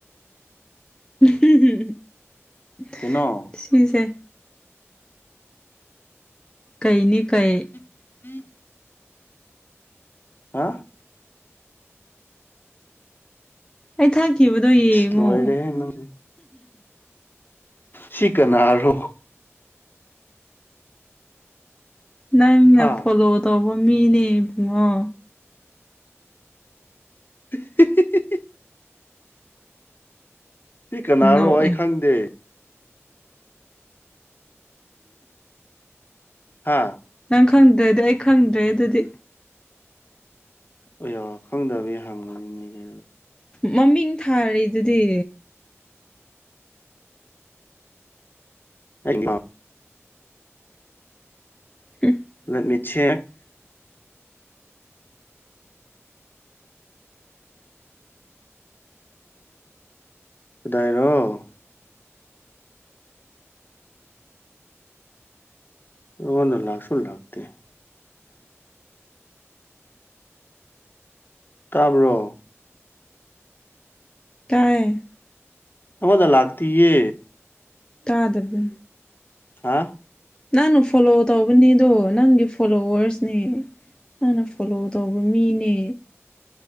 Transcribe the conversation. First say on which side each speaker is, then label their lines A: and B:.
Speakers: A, on the left (about 15°); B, on the left (about 45°).
A: <unintelligible>
B: ꯀꯩꯅꯣ
A: ꯁꯤꯖꯦ ꯀꯩꯅꯤ ꯀꯩ
B: <inaudible> ꯍꯥ
A: ꯑꯩ ꯊꯥꯈꯤꯕꯗꯣ ꯌꯦꯡꯉꯣ
B: ꯏꯁ ꯂꯣꯏꯔꯦꯍꯦ ꯅꯪꯁꯦ ꯁꯤ ꯀꯅꯥꯔꯣ
A: ꯅꯪꯅ
B: ꯍꯥ
A: ꯐꯣꯂꯣ ꯇꯧꯕ ꯃꯤꯅꯦ ꯕꯨꯡꯉꯣ
B: <unintelligible> ꯁꯤ ꯀꯅꯥꯔꯣ
A: ꯅꯣꯛꯑꯦ
B: ꯑꯩ ꯈꯪꯗꯦ ꯍꯥꯥ
A: ꯅꯪ ꯈꯪꯗ꯭ꯔꯦꯗꯤ ꯑꯩ ꯈꯪꯗ꯭ꯔꯦ ꯑꯗꯨꯗꯤ
B: ꯑꯌꯥ ꯈꯪꯗꯕꯒꯤ ꯍꯪꯕꯅꯤꯅꯦꯍꯦ
A: ꯃꯃꯤꯡ ꯊꯥꯔꯤꯗꯨꯗꯤ
B: ꯑꯩꯃ
A: <unintelligible>
B: ꯅꯨꯃꯤꯠꯁꯦ ꯀꯗꯥꯏꯔꯣ ꯑꯩꯉꯣꯟꯗ ꯂꯥꯛꯁꯨ ꯂꯥꯛꯇꯦ ꯇꯥꯕ꯭ꯔꯣ
A: ꯇꯥꯏꯌꯦ
B: ꯑꯉꯣꯟꯗ ꯂꯥꯛꯇꯤꯌꯦ
A: ꯇꯥꯗꯕ
B: ꯍꯥ
A: ꯅꯪꯅ ꯐꯣꯂꯣ ꯇꯧꯕꯅꯦꯗꯣ ꯅꯪꯒꯤ ꯐꯣꯂꯣꯋꯔꯁꯅꯦ ꯅꯪꯅ ꯐꯣꯂꯣ ꯇꯧꯕ ꯃꯤꯅꯦ